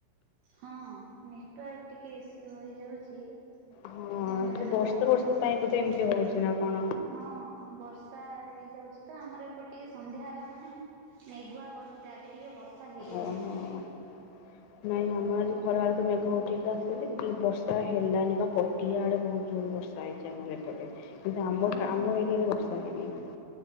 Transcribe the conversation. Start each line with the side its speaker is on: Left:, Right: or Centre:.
Right: <inaudible>
Left: ହଁ
Right: <inaudible>
Left: ସେ ବର୍ଷ ବର୍ଷ ପାଇଁ ବୋଧେ ଏମିତି ହଉଛି ନା କଣ
Right: <inaudible> <inaudible>
Left: ଓହୋ। <inaudible> <inaudible> <inaudible>
Right: ହଁ ହଁ